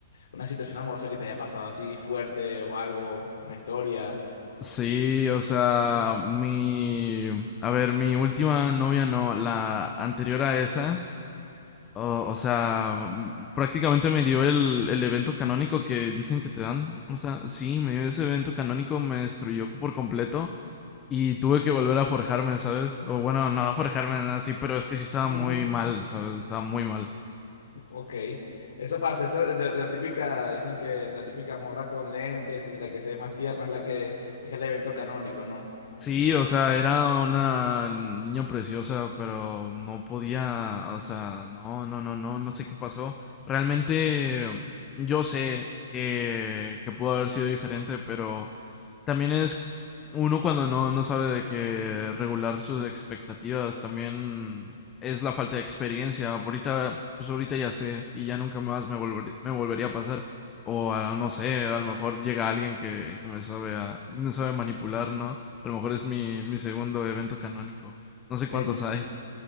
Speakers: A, on the left (about 80°); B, on the left (about 15°).
A: una situación amorosa que te haya pasado así fuerte o algo, una historia.
B: Sí, o sea, mi... A ver, mi última novia no, la anterior a esa, o, o sea, mm, prácticamente me dio el, el evento canónico que dicen que te dan. O sea, sí, me dio ese evento canónico, me destruyó por completo y tuve que volver a forjarme, ¿sabes? O bueno, no a forjarme, nada así, pero es que sí estaba
A: <laughs>
B: muy mal, ¿sabes? Estaba muy mal.
A: Ok, eso pasa, esa, es la, la típica, dicen que la típica morra con lentes y la que se ve más tierna es la que es el evento canónico, ¿no?
B: Sí, o sea, era una niña preciosa, pero no podía, o sea, no, no, no, no, no sé qué pasó. Realmente yo sé que, que pudo haber sido diferente, pero también es uno cuando no, no sabe de qué regular sus expectativas, también es la falta de experiencia. Ahorita, pues ahorita ya sé y ya nunca más me volver- me volvería a pasar. O a- no sé, a lo mejor llega alguien que, que me sabe, a- me sabe manipular, ¿no? A lo mejor es mi, mi segundo evento canónico. No sé
A: El...
B: cuántos hay.